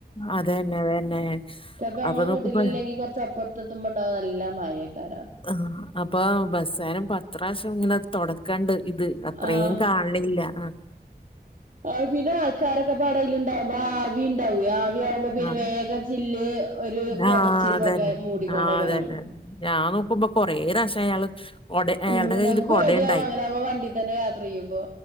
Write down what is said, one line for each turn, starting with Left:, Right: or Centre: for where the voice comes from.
Left: അതന്നെ അതന്നെ
Right: ചിലപ്പോ നമ്മളെ
Left: അപ്പൊ നോക്കുമ്പോ
Right: വീട്ടിൽ ഇല്ലെങ്കിൽ കൊറച്ച് അപ്പുറത്ത് എത്തുമ്പോണ്ടാവും നല്ല മഴ കര
Left: ആഹ് അപ്പൊ ബസാരം പത്ത് പ്രാവിശ്യം ഇങ്ങനെ തോടക്കണ്ട് ഇത് അത്രം
Right: ആഹ്
Left: കാണ ണില്ല ആഹ്
Right: ആ പിന്നെ ആൾക്കാർക്കപ്പാടെആയില് ഉണ്ടാവുമ്പോ ആവി ഉണ്ടാവെയ് ആവി ആവുമ്പ അപ്പൊ പിന്നെ
Left: ആ
Right: വേഗം ചില്ല് ഒരു പുകച്ചിൽ
Left: ആ അതന്നെ
Right: പുക മൂടിക്കൊണ്ടേയ്ക്കാരം.
Left: ആ അതന്നെ ഞാൻ നോക്കുമ്പോ കൊറേ പ്രാവശ്യം അയാള് കൊട അയാളുടെ
Right: ഉം
Left: കയ്യില്
Right: നമ്മക്ക് പേടിയാവും
Left: കൊടയുണ്ടായി
Right: അങ്ങനെ ആവുമ്പോ വണ്ടി തന്നെ യാത്ര യ്യുമ്പോ.